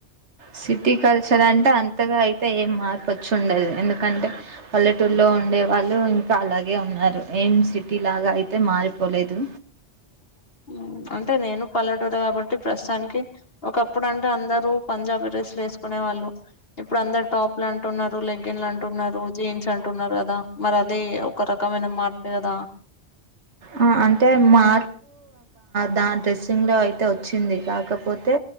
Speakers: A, on the right; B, on the left.
A: సిటీ కల్చర్ అంటే అంతగా అయితే ఏం మార్పు వచ్చిండదు ఎందుకంటే పల్లెటూర్లో ఉండే వాళ్ళు ఇంకా అలాగే ఉన్నారు ఏం సిటీ లాగ అయితే మారిపోలేదు
B: <inaudible> అంటే నేను పల్లెటూరు కాబట్టి ప్రస్తుతానికి ఒకప్పుడు అంటే అందరూ పంజాబీ డ్రెస్లు వేసుకునే వాళ్ళు ఇప్పుడు అందరు టాప్లు అంటున్నారు లెగ్న్లు అంటున్నారు జీన్స్ అంటున్నారు కదా మరి అది ఒక రకమైన మార్పే కదా
A: ఆ అంటే మా దా డ్రెస్సింగ్ లో అయితే వచ్చింది కాకపోతే